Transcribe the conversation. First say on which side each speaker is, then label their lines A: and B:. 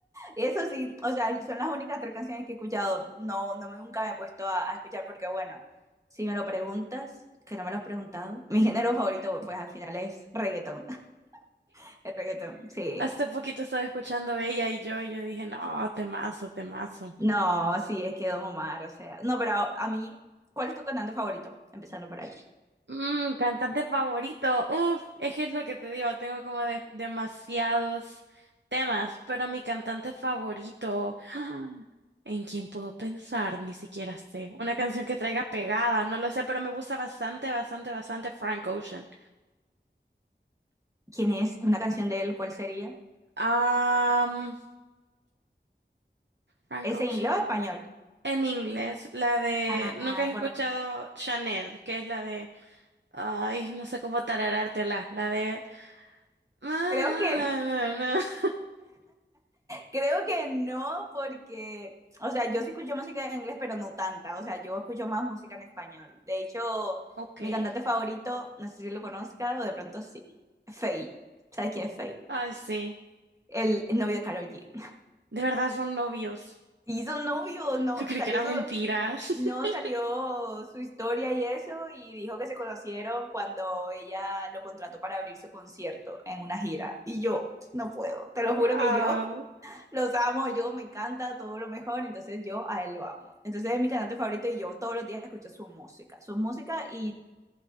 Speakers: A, on the right (about 15°); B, on the right (about 70°).
A: Eso sí, o sea, son las únicas tres canciones que he escuchado. No, no nunca me he puesto a, a escuchar porque, bueno, si me lo preguntas, que no me lo has preguntado, mi <laughs> género favorito, pues al final es reggaetón. <laughs> El reggaetón, sí.
B: Hace poquito estaba escuchando ella y yo, y yo dije, no, temazo, temazo.
A: No, sí, es que Don Omar, o sea. No, pero a, a mí, ¿cuál es tu cantante favorito? Empezando por ahí.
B: Mm, cantante favorito. Uf, es que es lo que te digo, tengo como de- demasiados temas, pero mi cantante favorito, ¿en quién puedo pensar? Ni siquiera sé. Una canción que traiga pegada, no lo sé, pero me gusta bastante, bastante, bastante Frank Ocean.
A: ¿Quién es? ¿Una canción de él? ¿Cuál sería?
B: Am, Frank
A: ¿Es
B: Ocean.
A: en inglés o español?
B: En inglés, la de,
A: Ah,
B: ¿nunca has escuchado
A: correcto.
B: Chanel? Que es la de... Ay, no sé cómo tararártela. La de. <laughs>
A: Creo que Creo que no, porque, o sea, yo sí escucho música en inglés, pero no tanta. O sea, yo escucho más música en español. De hecho,
B: Ok.
A: mi cantante favorito, no sé si lo conozca o de pronto sí, Faye. ¿Sabes quién es Faye?
B: Ay, sí.
A: El novio de Karol G.
B: De verdad son novios.
A: Hizo un novio, no,
B: Yo creí
A: salió
B: que era
A: su,
B: mentira. <laughs>
A: no salió su historia y eso, y dijo que se conocieron cuando ella lo contrató para abrir su concierto en una gira. Y yo no puedo, te lo
B: Wow.
A: juro que yo Los amo, yo me encanta todo lo mejor, entonces yo a él lo amo. Entonces es mi cantante favorito y yo todos los días escucho su música, su música y,